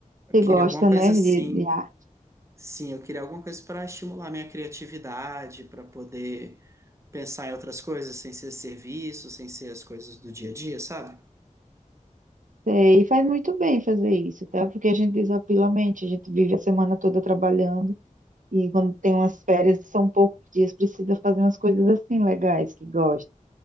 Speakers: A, on the right; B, on the right.
A: Eu
B: Você
A: queria
B: gosta,
A: alguma coisa
B: né,
A: assim.
B: de, de arte.
A: Sim, eu queria alguma coisa para estimular minha criatividade, para poder pensar em outras coisas sem ser serviço, sem ser as coisas do dia a dia, sabe?
B: É, e faz muito bem fazer isso, tá? Porque a gente desapila a mente, a gente vive a semana toda trabalhando. E quando tem umas férias, são poucos dias, precisa fazer umas coisas assim legais que gosta.